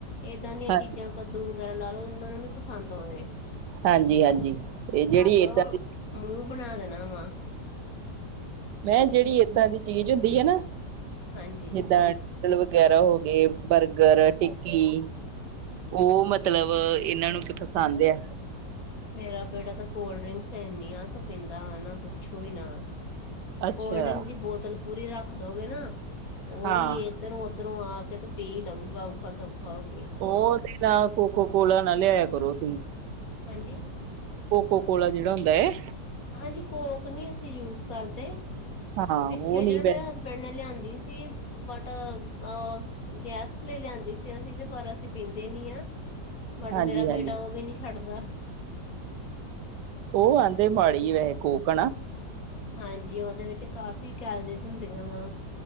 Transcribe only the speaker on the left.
ਏਦਾਂ ਦੀਆਂ
ਚੀਜ਼ਾਂ ਕੱਦੂ ਵਗੈਰਾ ਲਾ ਲਓ ਇਹਨਾਂ ਉਹਨਾਂ ਨੂੰ ਪਸੰਦ ਆਉਦੇ,
ਇਹਨਾਂ
ਅੱਗੋਂ
ਮੂੰਹ ਬਣਾ ਦੇਣਾ ਵਾ
ਹਾਂਜੀ।
ਮੇਰਾ ਬੇਟਾ ਤਾਂ ਕੋਲਡ ਡਰਿੰਕਸ ਇਨੀਆਂ ਕੁ ਪੀਂਦਾ ਵਾ ਨਾ ਪੁੱਛੋ ਈ ਨਾ
ਕੋਲਡ ਡਰਿੰਕ ਦੀ ਬੋਤਲ ਪੂਰੀ ਰੱਖ ਦੋਗੇ ਨਾ ਉਹ
ਵੀ ਇਧਰੋਂ ਉੱਧਰੋਂ ਆ ਕੇ ਤੇ ਪੀ ਲਊਗਾ ਔਖਾ ਸੌਖਾ ਹੋ ਕੇ।
ਹਾਂਜੀ
ਹਾਂਜੀ ਕੋਕ ਨੀ ਅਸੀਂ ਯੂਜ ਕਰਦੇ,
ਪਿੱਛੇ
ਜਿਹੜਾ
ਮੇਰਾ ਹਸਬ ਬੜ ਨੇ ਲਿਆਦੀ ਸੀ। ਬਟ ਅਹ ਅਹ ਗੈਸਟ ਲਈ ਲਿਆਂਦੀ ਸੀ ਅਸੀਂ ਤੇ ਪਰ ਅਸੀਂ ਪੀਂਦੇ ਨੀ ਆ। ਬਟ
ਮੇਰਾ
ਬੇਟਾ ਉਹ ਵੀ ਨੀ ਛੱਡਦਾ।
ਹਾਂਜੀ ਉਹਦੇ ਵਿੱਚ ਕਾਫੀ ਕੈਲਰੀਜ਼ ਹੁੰਦੀਆਂ ਵਾ